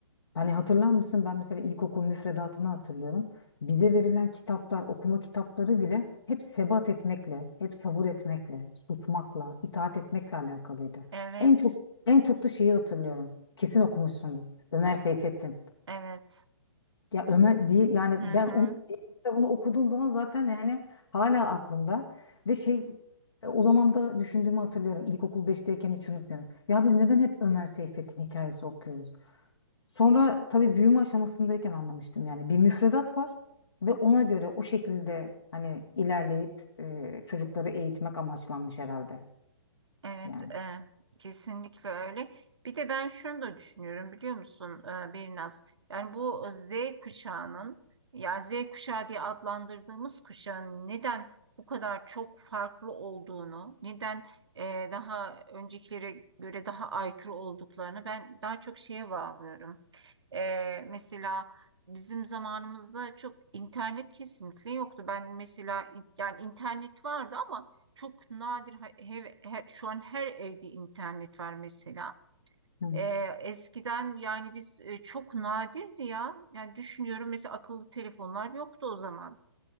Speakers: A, on the left; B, on the right.
A: hani hatırlar mısın? Ben mesela ilkokul müfredatını hatırlıyorum. Bize verilen kitaplar, okuma kitapları bile hep sebat etmekle, hep sabır etmekle, susmakla, itaat etmekle alakalıydı.
B: Evet.
A: En çok en çok da şeyi hatırlıyorum. Kesin okumuşsundur. Ömer Seyfettin.
B: Evet.
A: Ya Ömer değil yani
B: Hı
A: ben
B: hı.
A: onun kitabını okuduğum zaman zaten yani hala aklımda ve şey e, o zaman da düşündüğümü hatırlıyorum. İlkokul beşteyken hiç unutmuyorum. Ya biz neden hep Ömer Seyfettin hikayesi okuyoruz? Sonra tabii büyüme aşamasındayken anlamıştım yani bir müfredat var ve ona göre o şekilde hani ilerleyip e, çocukları eğitmek amaçlanmış herhalde
B: Evet,
A: yani.
B: e, kesinlikle öyle. Bir de ben şunu da düşünüyorum biliyor musun e, Birnaz? Yani bu e, Z kuşağının ya Z kuşağı diye adlandırdığımız kuşağın neden bu kadar çok farklı olduğunu, neden e, daha öncekilere göre daha aykırı olduklarını ben daha çok şeye bağlıyorum. Ee, mesela bizim zamanımızda çok internet kesinlikle yoktu. Ben mesela in- yani internet vardı ama çok nadir ha- he- he- şu an her evde internet var mesela.
A: Hı,
B: Ee, eskiden yani biz e, çok nadirdi ya. Yani düşünüyorum mesela akıllı telefonlar yoktu o zaman.